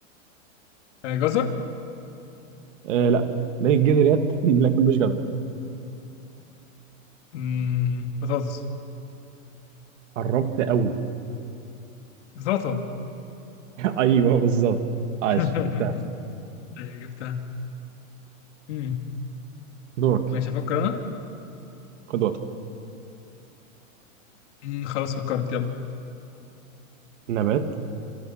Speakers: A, on the left; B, on the right.
A: آه جزر
B: آه لا من الجذريات <laughs> لكن مش جزر
A: مم، بطاطس
B: قربت قوي
A: بطاطا
B: <laughs> ايوه بالظبط عاش
A: <laughs>
B: جبتها
A: آه، جبتها مم.
B: دورك
A: ماشي هفكر انا
B: خد وقتك
A: مم، خلاص فكرت يلا
B: نبات